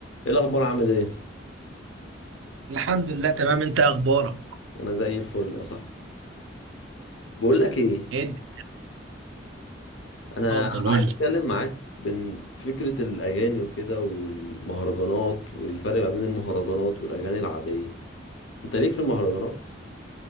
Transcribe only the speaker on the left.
ايه الاخبار عامل ايه
انا زي الفل يا صاحبي بقول لك ايه
انا
عايز
اتكلم معاك بين فكره الاغاني وكده والمهرجانات والفرق ما بين المهرجانات والاغاني العاديه انت ليك في المهرجانات